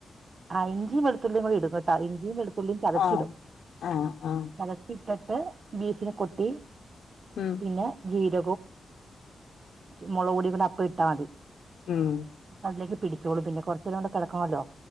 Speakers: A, on the right (about 40°); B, on the left (about 75°).
A: ആ ഇഞ്ചി വെളത്തുള്ളി ഇടും കേട്ടാ ഇഞ്ച ഉള്ളീം ഒന്ന് ചതച്ചിടും
B: ആഹ് ആഹ് ആഹ്
A: <unintelligible> ഇട് ബീഫ കൊട്ടി
B: ഉം
A: പിന്നെ ജീര ഇപ്പം മുളകും പൊടിയും കൂടിയ അപ്പോൾ ഇട്ടാൽ മതി.
B: ഉം
A: അല്ലെങ്കിൽ പിടിച്ചോളൂ പിന്നെ കുറച്ചുടെ കിടക്കല്ലോ